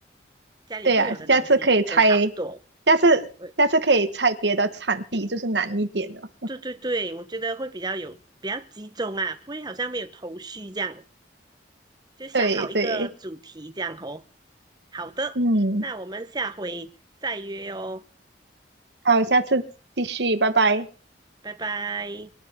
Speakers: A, on the right; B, on the right.
A: 家里会有的东西都差不多。
B: 对呀、下次可以拆，下次下次可以拆别的产地，
A: 对
B: 就是难一点的。
A: 对对对，我觉得会比较有比较集中啊，不会好像没有头绪这样，就想好一个主题这样哦。
B: 对对，
A: 好的，
B: 嗯，
A: 那我们下回再约哦，
B: 好，下次继续，拜拜。
A: 拜拜。